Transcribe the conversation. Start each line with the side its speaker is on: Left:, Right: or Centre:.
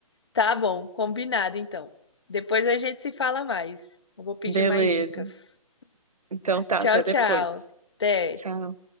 Left: Tá bom, combinado então. Depois a gente se fala mais. Eu vou pedir
Right: Beleza.
Left: mais dicas.
Right: Então tá,
Left: Tchau,
Right: até
Left: tchau.
Right: depois.
Left: Até.
Right: Tchau.